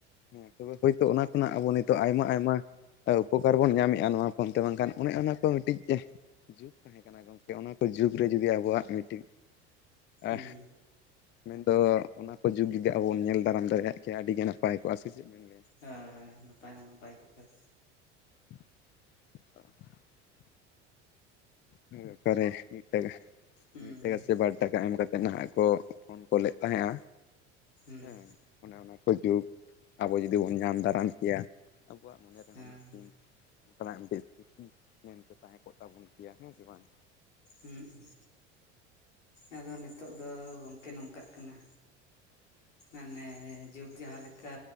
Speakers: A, on the left; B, on the left.
A: ᱦᱮᱸ ᱛᱚᱵᱮ ᱦᱳᱭᱛᱳ ᱚᱱᱟ ᱠᱷᱚᱱᱟᱜ ᱟᱵᱚ ᱱᱤᱛᱳᱜ ᱟᱭᱢᱟ ᱟᱭᱢᱟ ᱟ ᱩᱯᱚᱠᱟᱨ ᱵᱚᱱ ᱧᱟᱢᱮᱜᱼᱟ ᱱᱚᱣᱟ ᱯᱷᱳᱱ ᱛᱮ, ᱵᱟᱝᱠᱷᱟᱱ ᱚᱱᱮ ᱚᱱᱟᱠᱚ ᱢᱤᱫᱴᱤᱡ ᱡᱩᱜᱽ ᱛᱟᱦᱮᱸ ᱠᱟᱱᱟ ᱜᱚᱝᱠᱮ ᱚᱱᱟ ᱠᱚ ᱡᱩᱜᱽ ᱨᱮ ᱡᱩᱫᱤ ᱟᱵᱚᱣᱟᱜ ᱢᱤᱫᱴᱤᱡ
B: ᱦᱩᱸ
A: ᱮᱦ ᱢᱮᱱᱫᱚ ᱚᱱᱟ ᱠᱚ ᱡᱩᱜᱽ ᱡᱩᱫᱤ ᱟᱵᱚ ᱵᱚᱱ ᱧᱮᱞ ᱫᱟᱨᱟᱢ ᱫᱟᱲᱮᱭᱟᱜ ᱠᱮᱭᱟ ᱟᱹᱰᱤᱜᱮ ᱱᱟᱯᱟᱭ ᱠᱚᱜᱼᱟ ᱥᱮ ᱪᱮᱫ ᱵᱮᱱ ᱢᱮᱱᱟ?
B: ᱦᱮᱸ ᱱᱟᱯᱟᱭ ᱫᱚ ᱱᱟᱯᱟᱭ ᱠᱚᱜ ᱜᱮᱭᱟ᱾
A: <inaudible> <unintelligible>
B: ᱦᱩᱸ
A: ᱴᱟᱠᱟ ᱮᱢ ᱠᱟᱛᱮᱫ ᱱᱟᱦᱟᱜ ᱠᱚ ᱯᱷᱳᱱ ᱠᱚᱞᱮᱫ ᱛᱟᱦᱮᱸᱜᱼᱟ
B: ᱦᱩᱸ
A: ᱦᱮᱸ᱾ ᱚᱱᱮ ᱚᱱᱟ ᱠᱚ ᱡᱩᱜᱽ ᱟᱵᱚ ᱡᱩᱫᱤ ᱵᱚᱱ ᱧᱟᱢ ᱫᱟᱨᱟᱢ ᱠᱮᱭᱟ ᱟᱵᱚᱣᱟᱜ ᱢᱚᱱᱮ ᱨᱮᱦᱚᱸ
B: ᱦᱮᱸ
A: ᱢᱤᱫᱴᱤᱱ ᱚᱱᱠᱟᱱᱟᱜ ᱢᱤᱫᱴᱤᱡ ᱥᱨᱤᱛᱤ ᱢᱮᱱᱛᱮ ᱛᱟᱦᱮᱸ ᱠᱚᱜ ᱛᱟᱵᱚᱱ ᱠᱮᱭᱟ᱾ ᱦᱮᱸ ᱥᱮ ᱵᱟᱝ?
B: ᱦᱩᱸᱜ ᱩᱸ᱾ ᱟᱫᱚ ᱱᱤᱛᱳᱜ ᱫᱚ ᱜᱚᱝᱠᱮ ᱱᱚᱝᱠᱟᱜ ᱠᱟᱱᱟ
A: <inaudible>
B: ᱟᱱᱮ ᱡᱩᱜᱽ ᱡᱟᱦᱟᱸ ᱞᱮᱠᱟ